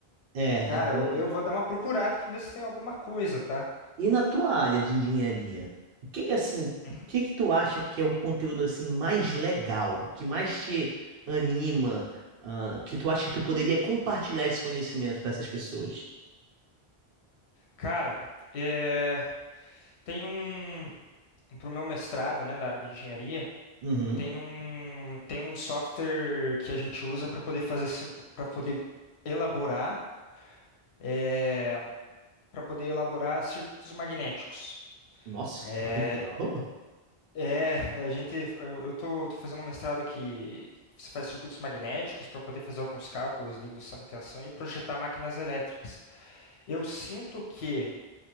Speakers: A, on the right (about 65°); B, on the left (about 80°).
A: É,
B: Cara,
A: é por
B: eu,
A: aí.
B: eu vou dar uma procurada pra ver se tem alguma coisa, tá?
A: E na tua área de engenharia, o que que assim,
B: Uhum.
A: o que que tu acha que é o conteúdo assim mais legal, que mais te anima, ah, que tu acha que tu poderia compartilhar esse conhecimento para essas pessoas?
B: Cara, é, tem um. Pro meu mestrado, né, na área de engenharia,
A: Uhum.
B: tem um, tem um software que a gente usa para poder fazer. para poder elaborar. É, para poder elaborar circuitos magnéticos.
A: Nossa,
B: É,
A: que legal.
B: é, a gente, eu, eu tô, tô fazendo um mestrado que você faz circuitos magnéticos para poder fazer alguns cálculos de indução de tensão e projetar máquinas elétricas. Eu sinto que